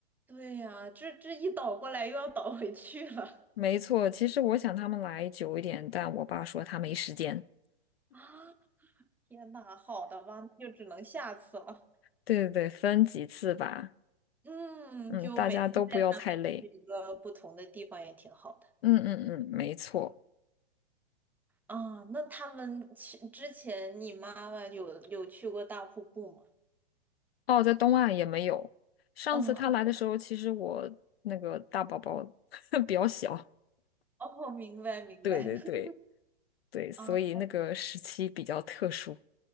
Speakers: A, in the centre; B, on the left.
A: 对呀，这这一倒过来又要倒回去了。
B: 没错，其实我想他们来久一点，但我爸说他没时间。
A: <laughs> 啊，天呐，好的吧，那就只能下次了。
B: 对对对，分几次吧。
A: 嗯，
B: 嗯，
A: 就每次带他们去一个不同的地方也挺好的。
B: 大家都不要太累。嗯嗯嗯，没错。
A: 啊，那他们去之前，你妈妈有有去过大瀑布吗？
B: 哦，在东岸也没有。上次他来的时候，
A: 嗯，好的，
B: 其实我那个大宝宝 <laughs> 比较小。
A: 哦，明白明白，
B: 对对对。
A: <laughs>
B: 对，所以那个时期比较特殊。
A: 啊，